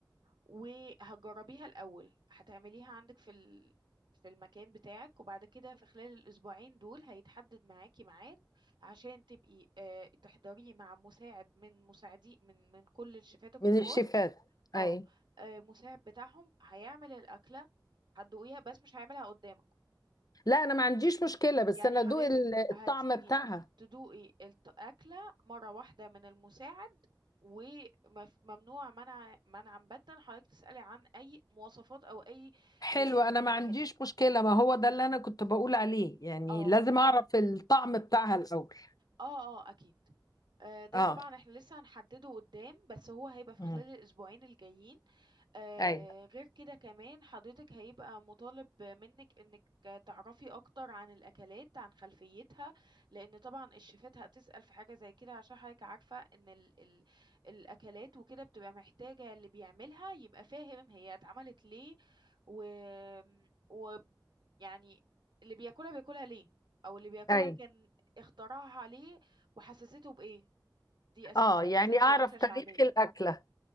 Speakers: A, on the right; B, on the left.
A: وهتجربيها الاول هتعمليها عندك في ال... في المكان بتاعك وبعد كده في خلال الاسبوعين دول هيتحدد معاكي ميعاد عشان تبقي آه تحضريه مع مساعد من مساعدي من من كل الشيفات الكبار
B: من الشيفات
A: اه
B: اي
A: آه، مساعد بتاعهم هيعمل الاكله هتدوقيها بس مش هيعملها قدامك
B: لا انا ما عنديش مشكله بس
A: يعني
B: انا
A: حضرتك
B: ادوق ال-
A: هتيجي
B: الطعم بتاعها
A: تدوقي الأكلة مرة واحدة من المساعد وممنوع منع منعا باتا حضرتك تسألي عن أي مواصفات أو أي
B: حلو
A: آه،
B: انا ما عنديش
A: حتت
B: مشكله ما هو ده اللي انا كنت بقول عليه يعني
A: اه
B: لازم اعرف الطعم بتاعها الاول
A: اه اه اكيد آه، ده
B: اه
A: طبعا احنا لسه هنحدده قدام بس هو هيبقى في
B: امم
A: خلال الاسبوعين الجايين آه
B: اي
A: غير كده كمان حضرتك هيبقى مطالب منك انك تعرفي اكتر عن الاكلات عن خلفيتها لان طبعا الشيفات هتسأل في حاجة زي كده عشان حضرتك عارفة ان ال ال الاكلات وكده بتبقى محتاجة اللي بيعملها يبقى فاهم هي اتعملت ليه و, و يعني اللي بياكلها بياكلها ليه او اللي بياكلها
B: اي
A: كان اختراعها ليه وحسسته بايه دي اساسها
B: اه يعني
A: بالذات
B: اعرف
A: لو اكلة
B: تاريخ
A: شعبية
B: الاكله